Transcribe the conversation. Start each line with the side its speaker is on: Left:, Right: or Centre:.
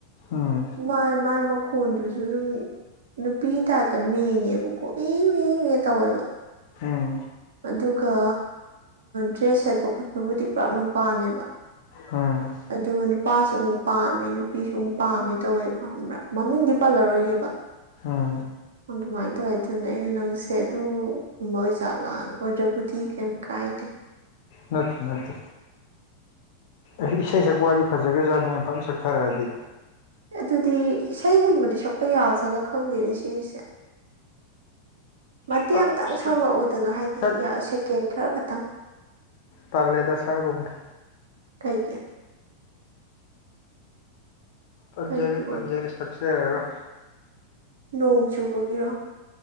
Left: ꯎꯝ
Right: ꯃꯥꯏ ꯃꯥꯏ ꯃꯈꯣꯟꯗꯨꯁꯨ ꯑꯗꯨꯝ ꯅꯨꯄꯤ ꯇꯥꯇ ꯃꯡꯉꯦꯕꯀꯣ ꯏꯅꯦ ꯇꯧꯋꯦꯕ
Left: ꯎꯝ
Right: ꯑꯗꯨꯒ ꯗ꯭ꯔꯦꯁ ꯁꯦꯠꯄ ꯈꯣꯠꯄꯕꯨꯗꯤ ꯄꯨꯔꯥꯛꯅꯄꯥꯥꯅꯦꯕ
Left: ꯎꯝ
Right: ꯑꯗ ꯅꯨꯄꯥꯁꯨ ꯑꯃꯨꯛ ꯄꯥꯝꯃꯦ ꯅꯨꯄꯤꯁꯨ ꯑꯃꯨꯛ ꯄꯥꯝꯃꯦ ꯇꯧꯋꯦꯕ ꯈꯪꯕ꯭ꯔꯥ ꯃꯃꯤꯡꯗꯤ ꯄꯜꯂꯔꯣꯏꯒꯦꯕ
Left: ꯍ
Right: ꯑꯗꯨꯃꯥꯏꯅ ꯇꯧꯋꯦ ꯑꯗꯨꯅꯦ ꯑꯩꯅ ꯅꯪꯁꯦ ꯑꯗꯨ ꯀꯨꯝꯕ ꯑꯣꯏ ꯆꯥꯠꯂꯛꯅꯤ ꯑꯣ ꯕꯨ ꯊꯀꯦ ꯈꯥꯏꯗꯦ
Left: ꯅꯠꯇ ꯅꯠꯇꯦ ꯑꯦ ꯏꯁꯩ ꯁꯛꯄꯩ ꯋꯥꯗꯤ ꯐꯖꯒ꯭ꯔꯖꯥꯠꯅꯤꯍꯦ ꯐꯅ ꯁꯛꯊꯔꯛꯑꯗꯤ
Right: ꯑꯗꯨꯗꯤ ꯏꯁꯩꯒꯨꯝꯕꯗꯤ ꯁꯛꯄ ꯌꯥꯖꯠꯂ ꯈꯪꯗꯦꯅꯦ ꯁꯤꯒꯤꯁꯦ ꯃꯇꯦꯛ
Left: ꯁꯛ
Right: ꯑꯃꯇꯪ ꯁꯛꯂꯛꯑꯣꯗꯅ ꯍꯥꯏꯗꯤ
Left: ꯁꯛ
Right: ꯌꯥ ꯁꯦꯀꯦꯟ ꯈꯔ ꯈꯛꯇꯪ
Left: ꯇꯜꯂꯦꯗ ꯁꯛꯑꯥꯒꯨꯝꯒꯦ
Right: ꯀꯩꯒꯤ
Left: ꯇꯟꯖꯔꯦ
Right: ꯀꯩꯒꯤ
Left: ꯇꯟꯖꯔꯦ
Right: ꯑꯣꯏ
Left: ꯁꯛꯆꯔꯔꯣꯏ
Right: ꯑꯦ ꯅꯣꯡ ꯆꯨꯕꯒꯤꯔꯣ